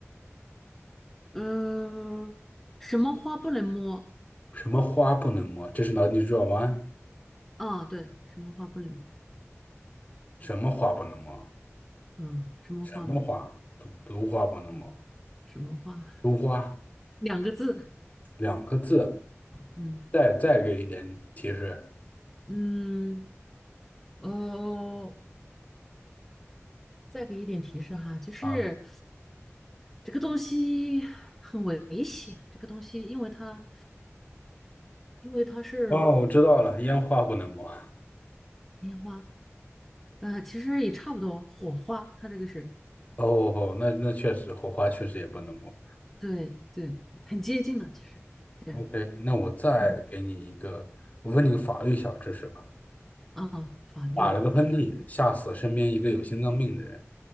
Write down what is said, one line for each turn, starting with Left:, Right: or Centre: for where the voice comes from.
Centre: 呃，什么花不能摸？
Left: 什么花不能摸？这是脑筋急转弯。
Centre: 啊，对，什么花不能摸？
Left: 什么花不能摸？
Centre: 嗯，什么花嘛？
Left: 什么花？毒毒花不能摸。
Centre: 对，什么花？
Left: 毒花
Centre: <laughs> 两个字，
Left: 两个字，
Centre: 嗯
Left: 再再给一点提示。
Centre: 嗯，哦。再给一点提示哈，就是
Left: 啊。
Centre: 这个东西很危险。这个东西，因为它因为它是
Left: 哦，我知道了，烟花不能摸。
Centre: 烟花，呃，其实也差不多，火花，它这个是
Left: 哦，哦那那确实，火花确实也不能摸。
Centre: 对对，很接近的，其实对，
Left: OK，那我再给你一个，
Centre: 嗯
Left: 我问你个法律小知识吧。
Centre: 啊，法律啊，
Left: 打了个喷嚏，
Centre: 法律
Left: 吓死身边一个有心脏病的人，